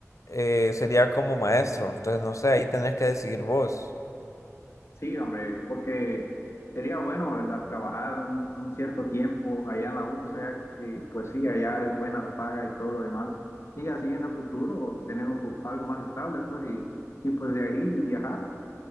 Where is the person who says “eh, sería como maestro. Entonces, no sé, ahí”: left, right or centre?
Left